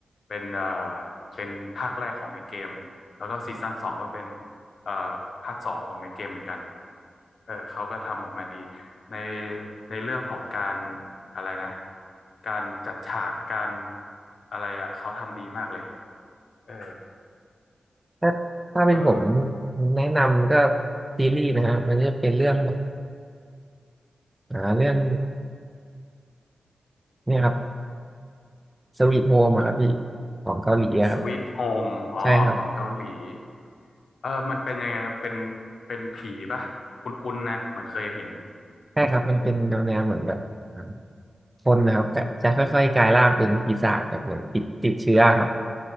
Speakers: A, on the left; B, on the right.
A: เป็นเอ่อเป็นภาคแรกของในเกมแล้วก็ซีซั่นสองก็เป็นเอ่อภาคสองของในเกมเหมือนกันเออเขาก็ทำออกมาดีในในเรื่องของการอะไรนะการจัดฉากการอะไรอะเขาทำดีมากเลยเออ
B: ถ้าถ้าเป็นผม
A: เออ
B: แนะนำก็ซีรีส์นะฮะมันจะเป็นเรื่องอ่าเรื่องเนี่ยครับสวีทโฮมครับพี่ของเกาหลีอะครับ
A: สว t h โฮมอ๋อของเกาหลี
B: ใช่ครับ
A: เออมันเป็นยังไงครับเป็นเป็นผีป่ะคุ้นๆนะเหมือนเคยเห็น
B: ใช่ครับมันเป็นแนวแนวเหมือนแบบอ่าคนนะครับแบบจะค่อยๆกลายร่างเป็นปีศาจแบบเหมือนติดติดเชื้อครับ